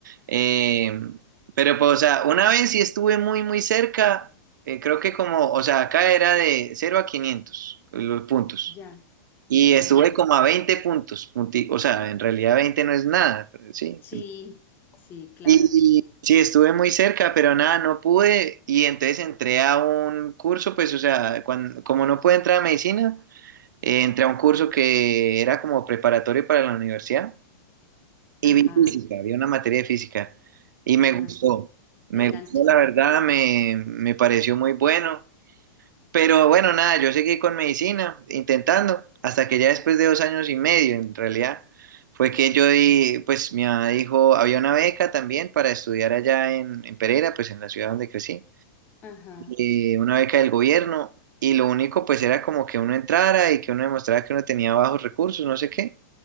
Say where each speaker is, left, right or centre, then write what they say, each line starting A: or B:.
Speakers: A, on the right (about 80°); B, on the left (about 20°).
A: eh, pero pues, o sea, una vez sí estuve muy, muy cerca, eh, creo que como, o sea, acá era de cero a 500 los puntos,
B: Ya,
A: y
B: ya.
A: estuve como a 20 puntos, punti- o sea, en realidad 20 no es nada, pero sí.
B: Sí, sí, claro.
A: Y sí, estuve muy cerca, pero nada, no pude, y entonces entré a un curso, pues, o sea, cuan- como no pude entrar a medicina, eh, entré a un curso que era como preparatorio para la universidad. Y
B: Ajá.
A: vi física, vi una materia de física y me
B: ah.
A: gustó. Me
B: Te enganchaste.
A: gustó, la verdad, me, me pareció muy bueno. Pero bueno, nada, yo seguí con medicina, intentando, hasta que ya después de dos años y medio, en realidad, fue que yo, di- pues mi mamá dijo, había una beca también para estudiar allá en, en Pereira, pues en la ciudad donde crecí,
B: Ajá,
A: eh, una beca del gobierno, y lo único pues era como que uno entrara y que uno demostrara que uno tenía bajos recursos, no sé qué.